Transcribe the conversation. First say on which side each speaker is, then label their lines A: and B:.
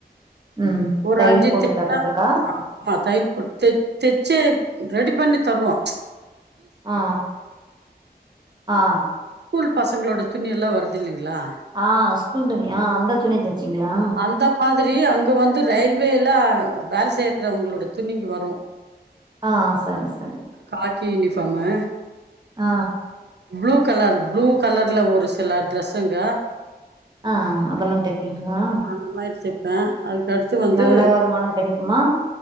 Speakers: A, on the right (about 25°); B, on the right (about 80°).
A: ம்
B: ஒரு
A: தையல்
B: அஞ்சி
A: போட்டு
B: தெப்ப
A: தர்றதுக்கா
B: ஆ மா தையல் போட்டு தச் தெச்சே ரெடி பண்ணி தருவோ
A: ஆ ஆ ஆ
B: ஸ்கூல் பசங்களோட துணியெல்லா வருது இல்லைங்ளா
A: ஆ ஸ்கூல் துணி ஆ அந்த துணி தெச்சிங்ளா
B: அந்த மாதிரி அங்க வந்து ரயில்வேல்ல வேல செய்யறவங்களோட துணிங்க வரு
A: ஆ சரி சரி
B: காக்கி யூனிஃபாமு
A: ஆ
B: ப்ளூ கலர் ப்ளூ கலர்ல ஒரு சில ட்ரஸ்ஸுங்க
A: அ அ அதெல்லா தெப்பிங்ளா
B: இது மாரி தெப்ப அதுக்கடுத்து வந்து
A: நல்ல வருமானோ கெடைக்குமா